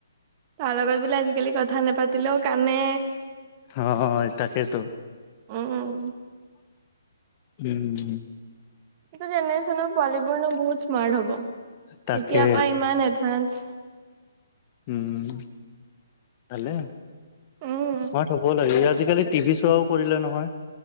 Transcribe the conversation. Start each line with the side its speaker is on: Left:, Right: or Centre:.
Right: তাৰ লগত বোলে আজিকালি কথা নেপাতিলেও কানে।
Left: হয় তাকেতো,
Right: উম
Left: উম।
Right: এটো জেনেৰে্চনৰ পোৱালী বোৰ নো বহুত স্মাৰ্ট হব।
Left: তাকে
Right: এতিয়া পা ইমান এডভান্স।
Left: উম, ভালে
Right: উম
Left: স্মাৰ্ট হব ব লাগে। ই আজিকালি টিভি চোৱাও কৰিলে নহয়।